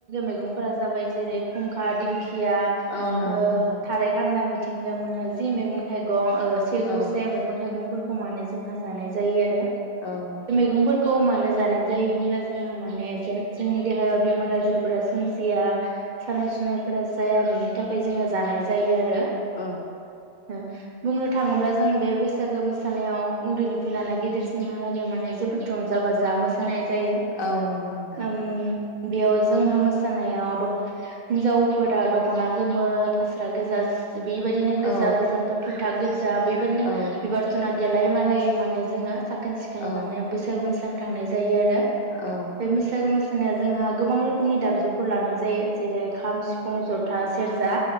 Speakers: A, on the right; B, on the left.
A: मैगंफोरा जाबाय जेरै खुंखा दिंख खिया
B: औ औ नंगौ
A: ओ
B: नोंथां
A: थारायखान्दा मिथ थिंगा मोना जि मैगं थाइगं ओ सेजौ
B: औ
A: से मैगं थाइगं फोर खौ मानेज जोंहा जानाय जायो आरो
B: औ औ
A: गंफोरखौ मानो जानाय जायोब्ला जोंहा माने जोंनि देहायाव बेमार आजारफोरा जिया सानाय सुनायफोरा जाया बेनि थाखाय जोङो जानाय जायो आरो
B: ओं
A: ओ बुंनो थाङोब्ला जों बे बैसागो मोसानायाव उन्दैनिफ्राय लाना गेदेरसिमहालागै जे माने जबोद रं जा बा जा मोसा जानाय जायो
B: औ नंगौ नोंथां
A: ओम बेयाव जोंहा मोसानायाव दख हिनजावफोरा दखना गोमो फास्रा गोजा बेबायदिनो गोजा
B: औ
A: गोजानथ थागोद जा बेबायदिनो
B: औ
A: देलाय मालाय माने जोंङो साखोन जाय
B: औ
A: माने बैसागु मो जानो थांनायज जायो आरो
B: औ
A: बे बैसागो मोस <unintelligible> जोंहा गोबां रोखोमनि दामजु फोर लानाय जायो जेरै खाम सिफ फुं जथा सेरजा